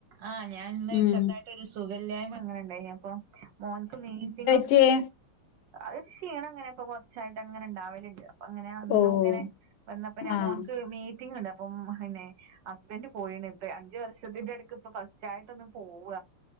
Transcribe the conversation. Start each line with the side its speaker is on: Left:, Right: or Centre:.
Right: ആഹ് ഞാൻ ഇന്ന്
Left: ഉം
Right: ചെറുതായിട്ട് ഒരു സുഖല്ലായിമ അങ്ങനെ ഉണ്ടായി അപ്പോ മോൻക്ക് മീറ്റിംഗ്.
Left: റ്റിയെ.
Right: അത് ക്ഷീണം ഇങ്ങനെ ഇപ്പോ കുറച്ചായിട്ട് അങ്ങനെ ഉണ്ടാവലില്ല. ഇപ്പോ അങ്ങനെ അന്നും
Left: ഓഹ്
Right: ഇങ്ങനെ വന്നപ്പ ഞാൻ
Left: ആഹ്
Right: മോൻക്ക് മീ റ്റിംഗ് ഇണ്ട് അപ്പം പിന്നെ ഹസ്ബന്റ് പോയിണ് ഇപ്പ അഞ്ചു വർഷത്തിന്റെടു ഇക്ക് ഇപ്പോ ഫസ്റ്റ് ആയിട്ട് ഒന്ന് പോവ.